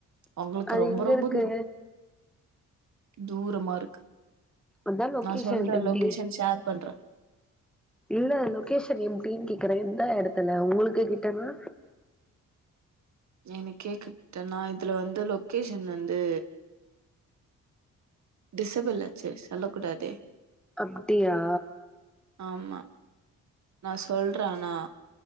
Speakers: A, on the right (about 65°); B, in the centre.
A: உங்களுக்கு
B: அது
A: ரொம்ப
B: எங்க
A: ரொம்ப
B: இருக்கு
A: தூரோ தூரமா இருக்கு
B: அதா லொக்கேஷன்
A: நா சொல்ற
B: எப்டி
A: லொகேஷன் ஷேர் பண்ற
B: இல்ல லொக்கேஷ் த்தன் எப்டின் கேக்குற எந்த எடத்துல உங்களுக்கு கிட்டனா
A: எனக்கேக் கிட்டனா இதுல வந்து லொக்கேஷன் வந்து டிசபுள்ளாச்சேஸ் சொல்ல கூடாதே
B: அப்டியா
A: ஆமா நா சொல்ற ஆனா